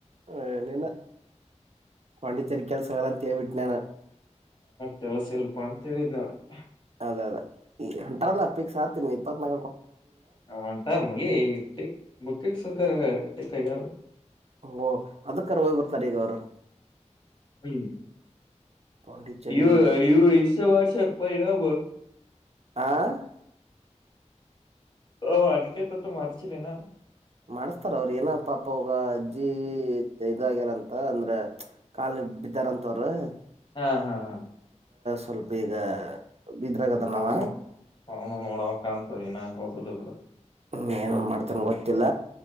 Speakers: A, on the right; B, on the left.
A: ಹೇ, ನಿನ್ನ- ಪಂಡಿಚೇರಿಕಾ <unintelligible> ಸಹಲಾ ತೇವಿಟ್ಟನ
B: ಕೆಲಸ ಇಲ್ಪಾ ಅಂತ ಹೇಳಿದ್ನಾವ್ರಿಗೆ. -
A: ಅದೇ -ಅದೇ ಹೆಂಟಾರಲ್ಲ ಪಿಕ್ಸ್ ಆತೀನಿ ಇಪ್ಪತ್ ನ
B: ಹ, <unintelligible> ಅಂತ ಮುಗಿ ಬುಕ್ಕಿಟ್ ಸಕ ಟಕ್ಕ ಯಾವ
A: ಓ ಅದಕ್ಕರ ಹೋಗ್ ಬರ್ತಾರ ಈಗ ಅವರು
B: ಹ್ಮ್, -
A: ಪಾಂಡಿಚೇರಿ
B: ಇವು- ಇವು ಇಷ್ಟ ವರ್ಷಸರ್ ಪಿ ರಬೋ.
A: ಆ <inaudible>
B: ಓ, <inaudible> ಅನಕ್ಕೆ ತ ತ ಮಾರಚ್ ಲಿನ
A: ಮಾಡಸ್ತಾರ. ಅವ್ರ ಏನ ಪಾಪವಾಗ ಅಜ್ಜಿ ಇದಾಗ್ಯಾರಂತ ಅಂದ್ರ ಕಾಲನಿ ಬಿದ್ದಾರಂತವ್ರ., -
B: ಹಾ, ಹಾ, ಹಾ,,
A: ಸ್ವಲ್ಪ ಈಗ. ಇದ್ರಾಗದನವ
B: ಅವನು ಅವನು ನೋಡವ ಕಾಣಂತದಿನ ಹೋಗ. ಕದ ಕೂಡ.
A: ಹ್ಮ ಏನನ್ ಮಾಡ್ತಾನ ಗೊತ್ತಿಲ್ಲ